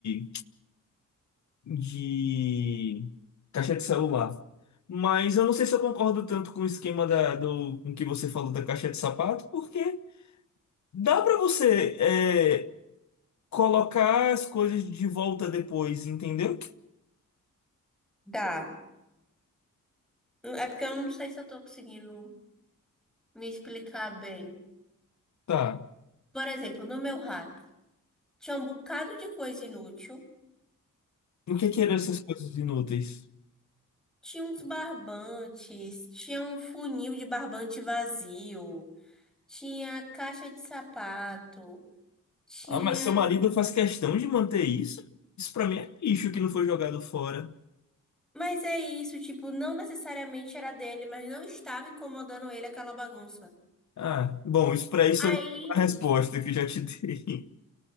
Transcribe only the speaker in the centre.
Dá. É porque eu não sei se eu tô conseguindo me explicar bem.
Por exemplo, no meu hack tinha um bocado de coisa inútil.
Tinha uns barbantes, tinha um funil de barbante vazio, tinha caixa de sapato, tinha.
Mas é isso, tipo, não necessariamente era dele, mas não estava incomodando ele aquela bagunça.
Aí,